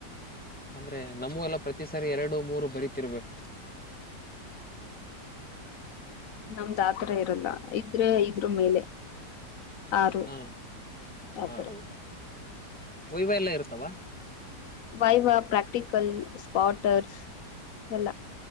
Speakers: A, in the centre; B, on the left (about 60°).
A: ಅಂದ್ರೆ ನಮ್ಮೂರ್ ಎಲ್ಲ ಪ್ರತಿ ಸಾರಿ ಎರಡು ಮೂರು ಬರೀತಿರ್ಬೇಕ್.
B: ನಮ್ದ ಆತರ ಇರಲ್ಲ ಇದ್ರೆ ಇದ್ರು ಮೇಲೆ. ಆರು
A: ಹಾ
B: ಆತರ
A: ಹ ರ ವೈವ ಎಲ್ಲ ಇರ್ತ್ತವಾ.
B: ವೈವ ಪ್ರಾಕ್ಟಿಕಲ್ಸ್ ಸ್ಪಾಟರ್ಸ್ ಎಲ್ಲ.